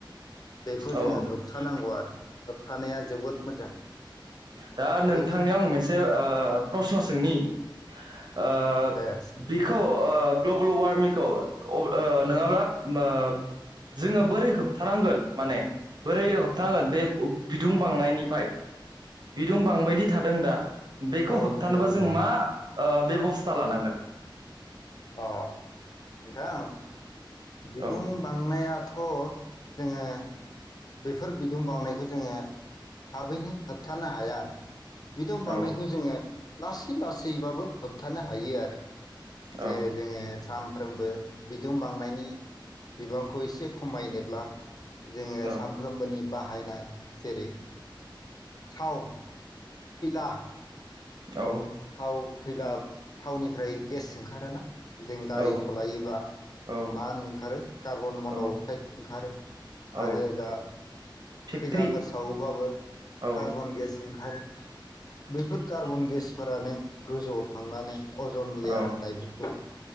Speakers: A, on the left; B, on the right.
A: बेखौ
B: औ
A: जोङो होबथानांगौ आरो थानाया जोबोद मोजां।
B: दा नोंथांनियाव
A: बेफोर
B: आं मोनसे ओ प्रसन' सोंनि <inaudible> ओ
A: दायासै
B: बिखौ ओ ग्लबेल वारमिंखौ ओ नोङाब्ला मोब जोङो बोरै होबथानांगोन माने बोरै होबथानांगोन बे बिदुं बांनायनिफ्राय बिदुं बांबायदि थादों दा बेखौ
A: औ
B: होबथानोबा
A: नंगौ नंगौ
B: जों मा ओ बेब'स्था लानांगोन
A: अह नोंथां बिदुं
B: औ
A: बांनाया थ' जोङो बेफोर बिदुं बांनायखौ जोङो थाबैनो होबथानो हाया। बिदुं बांनायखौ
B: औ
A: जोङो लासै लासैबाबो होबथानो हायो आरो जे
B: औ
A: जोंङो सानफ्रोमबो बिदुं बांनायनि बिबांखौ एसे खमायनोब्ला जोंङो
B: औ
A: सामफ्रोमबोनि बाहायनाय जेरै थाव, खैला,
B: औ
A: थाव, खैला थावनिफ्राय गेस ओंखारो ना जों गारि
B: औ
A: सलायोबा
B: औ
A: मा होनो ओंखारो कार्बन मन'
B: औ
A: अक्साइड ओंखारो
B: औ
A: आरो ओजा-
B: फेक्ट्रि
A: खैलाफोर सावोबाबो
B: औ
A: कार्बन गेसजों ओंखारो बेफोर कार्बन गेस फोरानो गोजौआव थांनानै अजन लेयार
B: औ
A: होननाय बुङो